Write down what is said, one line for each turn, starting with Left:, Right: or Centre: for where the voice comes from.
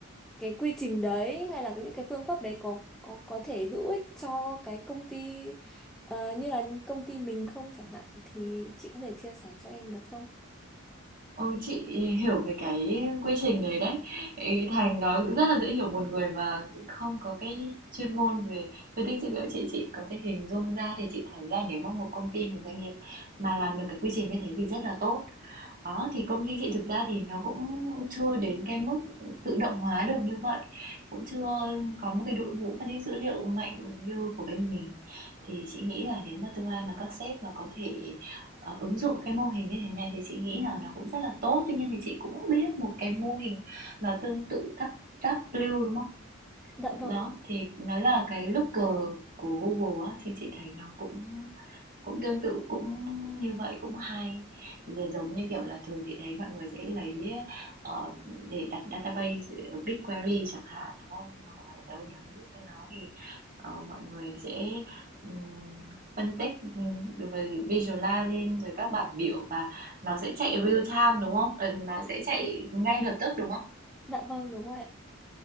Centre: cái quy trình đấy hay là cái- những cái phương pháp đấy có có có thể hữu ích cho cái công ty ờ, như là công ty mình không chẳng hạn thì chị có thể chia sẻ cho em được không?
Right: Ôi chị hiểu về cái quy trình đấy đấy. Ý, Thành nói cũng rất là dễ hiểu một người mà không có cái chuyên môn về phân tích dữ liệu chị chị có thể hình dung ra thì chị thấy là nếu mà một công ty một doanh nghiệp mà làm được cái quy trình như thế thì rất là tốt Đó, thì công ty chị thực ra thì nó cũng chưa đến cái mức tự động hóa được như vậy, cũng chưa có một cái đội ngũ phân tích dữ liệu mạnh như của bên mình. Thì chị nghĩ là nếu mà tương lai mà các sếp mà có thể ờ, ứng dụng cái mô hình như thế này thì chị nghĩ là nó cũng rất là tốt. Tuy nhiên thì chị cũng biết một cái mô hình nó tương tự Tab Tab đúng không?
Centre: Dạ vâng
Right: Đó,
Centre: ạ.
Right: thì nó là cái looker của Google á, thì chị thấy nó cũng cũng tương tự, cũng như vậy cũng hay. Giờ giống như, kiểu là, thường chị thấy mọi người sẽ lấy, ờ, để đặt database ở BigQuery chẳng hạn, đúng không? Hoặc là ở đâu đấy, sau đó thì, ờ, mọi người sẽ, ừm, phân tích, ừm, rồi visualize lên rồi các bảng biểu và nó sẽ chạy real time, đúng không? Ừ, nó sẽ
Centre: <laughs>
Right: chạy ngay lập tức, đúng không?
Centre: Dạ vâng đúng rồi ạ.